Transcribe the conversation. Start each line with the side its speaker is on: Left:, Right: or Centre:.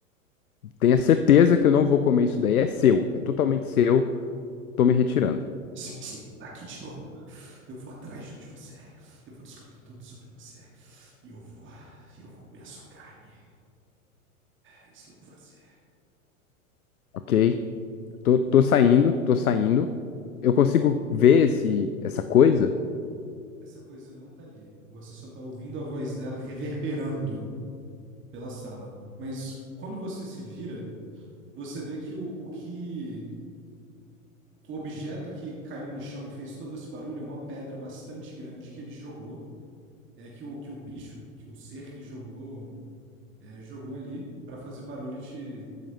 Left: Tenha certeza que eu não vou comer isso daí. É seu. É totalmente seu. Tô me retirando.
Right: Se você tá aqui de novo, eu vou atrás de onde você é. Eu vou descobrir tudo sobre você. E eu vou, e eu vou comer a sua carne. É isso que eu vou fazer.
Left: Ok? Tô, tô saindo, tô saindo. Eu consigo ver esse, essa coisa?
Right: Essa coisa não tá ali. Você só tá ouvindo a voz dela reverberando pela sala. Mas quando você se vira, você vê que o, o que o objeto que caiu no chão e fez todo esse barulho é uma pedra bastante grande que ele jogou. É que o, que o bicho, que o ser que jogou, é, jogou ali pra fazer barulho e te